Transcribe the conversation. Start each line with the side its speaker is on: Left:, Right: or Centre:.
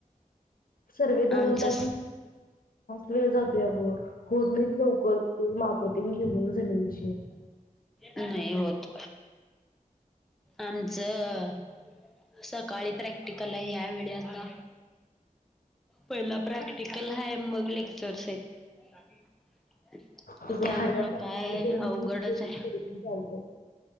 Left: सर्वे दोनो
Centre: आमचंच
Left: त वेळ जातोय अगं होत नाहीत लवकर ते मापोते घेऊन जमिनीची
Centre: नाही होत आमचं सकाळी प्रॅक्टिकल आहे यावेेळी आता पहिला प्रॅक्टिकल हा मग लेक्चर्स आहेत
Left: तुझं
Centre: त्यामुळं
Left: बाहेरला प्रॅक्टिकल
Centre: काय
Left: करून
Centre: अवघडच
Left: घरी घे
Centre: आहे
Left: कर चाल